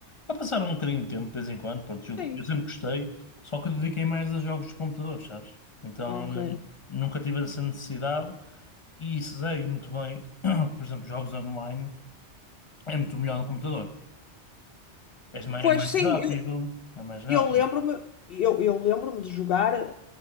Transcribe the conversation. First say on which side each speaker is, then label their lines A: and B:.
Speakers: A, on the left (about 30°); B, on the left (about 60°).
A: Para passar um bocadinho de tempo, de vez em quando, pronto, eu,
B: Sim.
A: eu sempre gostei, só que eu dediquei mais a jogos de computador, sabes? Então,
B: Ok.
A: hum, nunca tive essa necessidade e sei muito bem, <coughs> <clears throat> por exemplo, jogos online é muito melhor no computador. És ma-
B: Pois
A: É mais
B: sim,
A: rápido,
B: eu,
A: é mais rápido.
B: eu lembro-me, eu, eu lembro-me de jogar eh,